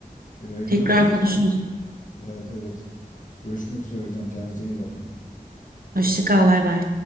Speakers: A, on the left; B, on the right.
A: E, görüşürüz
B: Tekrar
A: hocam.
B: konuşuruz.
A: Evet evet. Görüşmek üzere hocam. Kendinize iyi bakın.
B: Hoşça kal, bay bay.